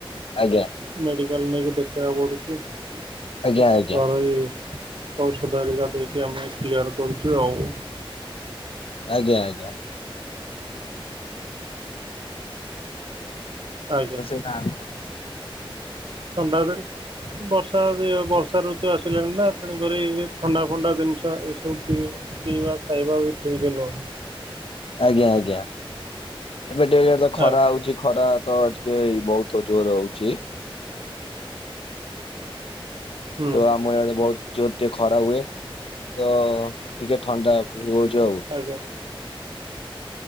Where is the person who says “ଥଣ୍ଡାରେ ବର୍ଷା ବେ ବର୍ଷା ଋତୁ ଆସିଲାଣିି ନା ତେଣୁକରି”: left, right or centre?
Right